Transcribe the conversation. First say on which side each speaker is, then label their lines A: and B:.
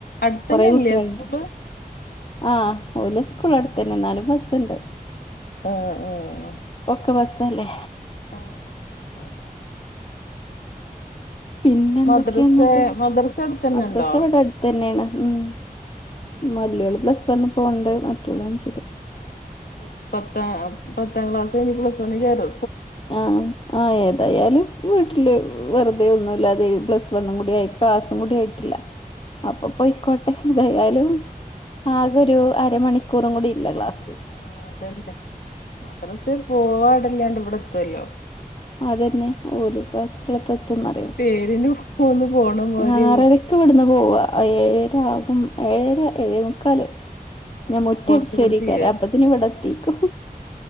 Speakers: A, on the left; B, on the left.
A: അടുത്തന്നെല്ലേ
B: കൊറേ കുട്ടിള്ണ്ട്
A: സ്കൂള്
B: ആഹ് ഓലെ സ്കൂള് അടുത്തെന്നെ ന്നാലും ബസുണ്ട്
A: ആഹ് ആഹ്
B: ഒക്കെ ബസ് അല്ലേ
A: ആഹ് അതെന്നെ
B: പിന്നെ എന്തൊക്കെയാ
A: മദ്രസെ
B: ന്നിട്ട്
A: മദ്രസ അടുത്തന്നെ
B: മദ്രസ
A: ഉണ്ടോ
B: ഇവിടെ അട്ത്തെന്നെയാണ് ഉം
A: ഉം
B: മല്ലോള്
A: ഉം
B: പ്ലസ് വണ്ണ് പോവ്ണ്ട് മറ്റോള് അഞ്ച്
A: ആ പ്ലസ് പത്താം പത്താം ക്ലാസ് കഴിഞ്ഞ് പ്ലസ് വണി ചേർത്
B: ആഹ് ആ ഏതായാലുംട കൊഴ ട്ടില് വെറുതെ ഒന്നുല്ലാതെ പ്ലസ് വണ്ണും കൂടിയി ക്ലാസും കൂടി ആയിട്ടില്ല
A: ആഹ്
B: അപ്പൊപ്പൊ ഇക്കോട്ടെ ഇതായാലും ആകെ ഒരു അരമണിക്കൂറും കൂടി ഇല്ല ക്ലാസ്സ്
A: ആ അതന്നെ മദർസേ പോവാടെല്ലാണ്ട് ഇവിടെ എത്തുല്ലോ
B: അതന്നെ ഓലും ഇ എത്ര എപ്പ എത്തുന്നറിയോ
A: പേരിന് പോന്ന് പോണ മാരി
B: ആറരക്ക് ഇവിടുന്ന് പോവ ഏ ഏഴര ആകും ഏഴേര ഏഴേമുക്കാൽ
A: ആവുമ്പോത്തിന്
B: ഞാൻ മുറ്റയടിച്ച
A: ഇവിടെ
B: വാരൈക്കാരം
A: തീരാ
B: അപ്പതിന് ഇവിടെ എത്തീക്കും